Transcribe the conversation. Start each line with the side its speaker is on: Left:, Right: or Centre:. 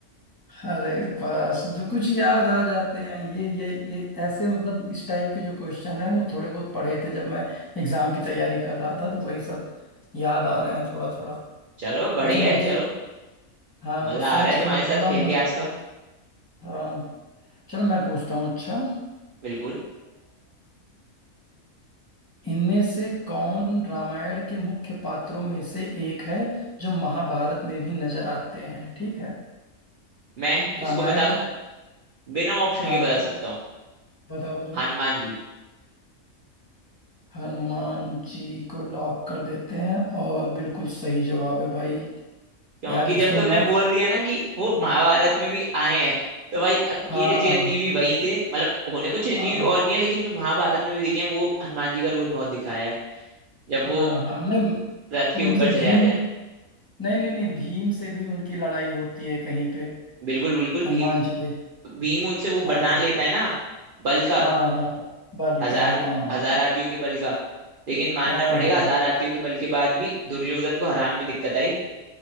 Left: अरे बस जो कुछ याद आ जाते हैं ये ये ये ऐसे मतलब इस टाइप के जो क्वेश्चन है वो थोड़े बहुत पढ़े थे जब मैं एग्जाम की तैयारी कर रहा था तो वही सब याद आ रहे हैं थोड़ा थोड़ा
Right: चलो बढ़िया
Left: वैसे मैं
Right: है
Left: गे
Right: चलो
Left: हाँ
Right: मजा
Left: वो सोच
Right: आ रहा है तुम्हारे
Left: के मैं बोल
Right: साथ
Left: रहा
Right: खेल
Left: हूँ मुझे
Right: के आज तो
Left: हाँ चलो मैं पूछता हूँ अच्छा
Right: बिल्कुल
Left: इनमें से कौन रामायण के मुख्य पात्रों में से एक है जो महाभारत में भी नजर आते हैं ठीक है
Right: मैं
Left: रामायण
Right: इसको बताऊं
Left: का
Right: बिना ऑप्शन
Left: हाँ
Right: के बता
Left: बताओ
Right: सकता हूँ
Left: बताओ बताओ
Right: हनुमान जी
Left: हनुमान जी को लॉक कर देते हैं और बिल्कुल सही जवाब है भाई
Right: क्योंकि
Left: यार
Right: जब
Left: इसमें
Right: तुमने
Left: मैं
Right: बोल दिया ना कि वो महाभारत में भी आए हैं तो भाई अकेले
Left: हाँ
Right: चिरंजीवी वही थे मतलब होने को चिरंजीवी
Left: हाँ
Right: और भी हैं लेकिन जो महाभारत में भी दिखे हैं वो हनुमान जी का रोल बहुत दिखाया है जब वो
Left: हाँ हाँ हमने
Right: रथ के ऊपर
Left: उनसे
Right: चले
Left: भीम
Right: जाते हैं
Left: नहीं नहीं नहीं भीम से भी उनकी लड़ाई होती है कहीं पे
Right: बिल्कुल बिल्कुल
Left: हनुमान
Right: भीम
Left: जी के
Right: भीम उनसे वो
Left: हाँ
Right: वरदान लेता है ना बल का
Left: हाँ हाँ बल
Right: हजार
Left: का हाँ
Right: हजार हाथियों के बल का लेकिन मानना
Left: हाँ
Right: पड़ेगा
Left: हाँ
Right: हजार हाथियों के बल के बाद भी दुर्योधन को हराने में दिक्कत आई